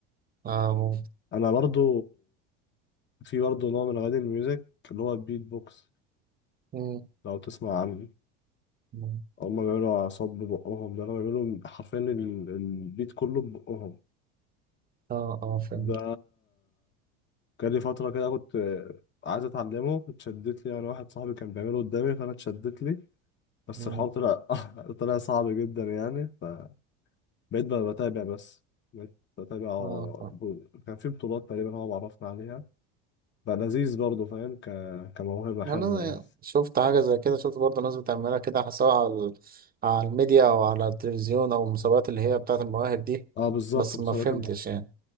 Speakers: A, on the right (about 25°); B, on the left (about 35°).
A: <laughs> اه ممكن.
B: أنا برضو في برضه نوع من أغاني الميوزك اللي هو البيت بوكس
A: مم.
B: لو تسمع عنه
A: مم.
B: هما بيعملوا أعصاب ببقهم ده أنا بيعملوا حرفيا ال- البيت كله ببقهم
A: اه اه فهمت
B: ده كان لي فترة كده كنت عايز أتعلمه اتشدت لي يعني واحد صاحبي كان بيعمله قدامي فأنا اتشدت لي بس
A: مم.
B: الحوار طلع <laughs> طلع صعب جدا يعني فبقيت بقى بتابع بس بقيت بتابع
A: اه آه.
B: ب- كان في بطولات تقريبا هو معرفنا عليها بقى لذيذ برضه فاهم ك... كموهبة
A: يعني
B: حلوة
A: أنا
B: يعني
A: شفت حاجة زي كده شفت برضه ناس بتعملها كده سواء على ال- على الميديا أو على التلفزيون أو المسابقات اللي هي بتاعة المواهب دي
B: اه بالظبط
A: بس
B: مسابقات
A: ما فهمتش يعني